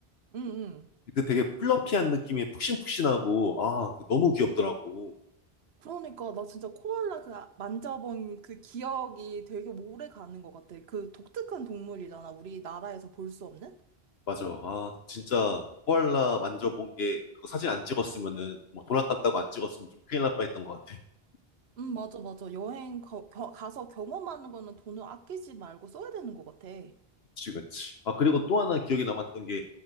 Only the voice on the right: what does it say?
음, 음.
그러니까 나 진짜 코알라 그 아- 만져본 그 기억이 되게 오래 가는 것 같아. 그 독특한 동물이잖아. 우리나라에서 볼 수 없는?
음, 맞아, 맞아. 여행 거- 겨- 가서 경험하는 거는 돈을 아끼지 말고 써야 되는 것 같아. 음,